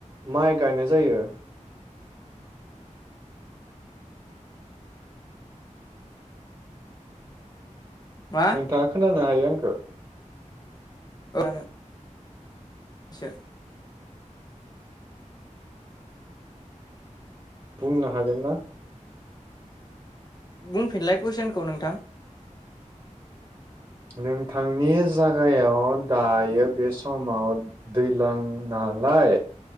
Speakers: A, on the right (about 20°); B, on the left (about 30°).
A: माइ गायनायजों जायो
B: मा
A: नोंथाङा खोनानो हायो <unintelligible>
B: <unintelligible> एसे
A: बुंनो हागोन ना?
B: बुंफिनलाय कुइसनखौ नोंथां
A: नोंथांनि जागायाव दायो बे समाव दैज्लां नालाय